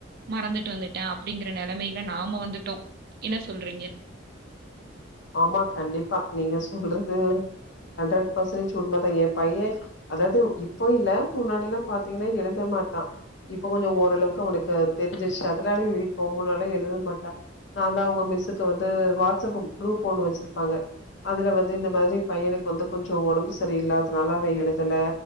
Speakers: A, on the right (about 50°); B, on the left (about 65°).
A: மறந்துட்டு வந்துட்டா அப்டிங்கிற நெலமைல நாம வந்துட்டோ என்ன சொல்றீங்க
B: ஆமா கண்டிப்பா நீங்க சொல்றது ஹண்ட்ரட் பர்சன்டேஜ் உண்மதா எ பைய அதாது இப்போ இல்ல முன்னாடில்லா பாத்தீங்னா எழுத மாட்டா இப்போ கொஞ்சொ ஓரளவுக்கு அவனுக்கு தெரிஞ்சிச்சு அதுனால எழுதிப்பா முன்னாட்லா எழுத மாட்டா நாந்தா அவுங்க மிஸ்ஸுக்கு வந்து வாட்ஸப்பு குரூப் ஒன்னு வச்சிருப்பாங்க அதுல வந்து இந்த மாரி பையனுக்கு வந்து கொஞ்சொ ஒடம்பு சரியில்லாதனால அவெ எழுதல